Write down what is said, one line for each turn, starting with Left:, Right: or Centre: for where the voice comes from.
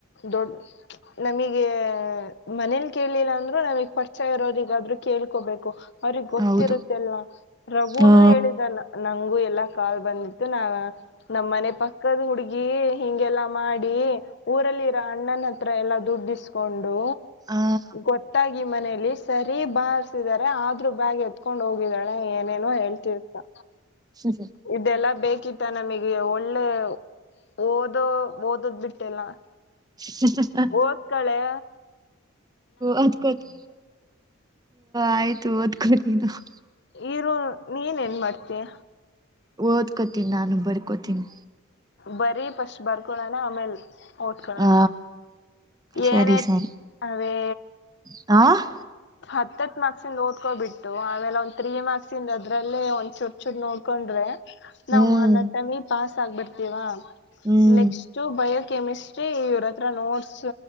Left: ದೊಡ್ಡ ನಮಗೆ ಮನೇಲಿ ಕೇಳಲಿಲ್ಲ ಅಂದ್ರು ನಮಗೆ ಪರಿಚಯ ಇರೋರಿಗಾದ್ರು ಕೇಳ್ಕೋಬೇಕು. ಅವ್ರಿಗೆ ಗೊತ್ತಿರುತ್ತೆ
Right: ಹೌದು
Left: ಅಲ್ವಾ ರಘುನು
Right: ಹಾ
Left: ಹೇಳಿದಾನ. ನಂಗು ಎಲ್ಲಾ ಕಾಲ್ ಬಂದಿತ್ತು ನಾ ನಮ್ಮನೆ ಪಕ್ಕದ ಹುಡ್ಗಿ ಹಿಂಗೆಲ್ಲಾ ಮಾಡಿ ಊರಲ್ಲಿರೋ ಅಣ್ಣನ ಹತ್ರ ಎಲ್ಲಾ ದುಡ್ಡಿಸ್ಕೊಂಡು
Right: ಹಾ
Left: ಗೊತ್ತಾಗಿ ಮನೇಲಿ ಸರಿ ಬಾರ್ಸಿದ್ದಾರೆ ಆದ್ರು ಬ್ಯಾಗ ಏತ್ ಕಕೊಂಡ್ ಹೋಗಿದಾಳೆ ಏನೇನೋ ಹೇಳ್ತಿರ್ತ್ತಾ
Right: ಹ್ಮ ಹ್ಮ <unintelligible>
Left: ಇದೆಲ್ಲಾ ಬೇಕಿತ್ತ ನಮಗೆ ಒಳ್ಳೆ ಓದೋ ಓದದ್ ಬಿಟ್ಟೆಲ್ಲ.
Right: ಹ <unintelligible> <unintelligible>
Left: ಓದ್ಕೊಳೆ.
Right: ಓದ್ಕೋತ್ ಆಯ್ತು ಓದ್ಕೋ <unintelligible> <unintelligible>
Left: ಇರು ನೀನ್ ಏನ್ ಮಾಡ್ತೀಯ?
Right: ಓದ್ಕೋತೀನಿ ನಾನು ಬರ್ಕೋತೀನಿ.
Left: ಬರಿ ಫಸ್ಟ್ ಬರ್ಕೊಳಣ ಆಮೇಲ್ ಓದ್ಕೊಳೊಣ.
Right: ಹಾ ಸರಿ
Left: ಏನೇ <unintelligible>
Right: ಸರಿ
Left: ಅವಿ
Right: ಆ
Left: ಹತ್ತತ್ ಮಾರ್ಕ್ಸಿಂದ ಓದ್ಕೊಬಿಟ್ಟು ಆಮೇಲ್ ಒಂದ್ ತ್ರೀ ಮಾರ್ಕ್ಸ್ ಇಂದ ಅದ್ರಲ್ಲೇ ಒಂದ್ ಚೂರ್ ಚೂರ್ ನೋಡ್ಕೊಂಡ್ರೆ ನಾವ
Right: ಹ್ಮ್
Left: ಅಣ್ಣಾ ತಂಗಿ ಪಾಸ್ ಆಗ್ಬಿಡ್ತೀವಾ.
Right: ಹ್ಮ್
Left: ನೆಕ್ಸ್ಟ್ ಬಯೋ ಕೆಮಿಸ್ಟ್ರಿ ಇವ್ರ ಹತ್ರ ನೋಟ್ಸ್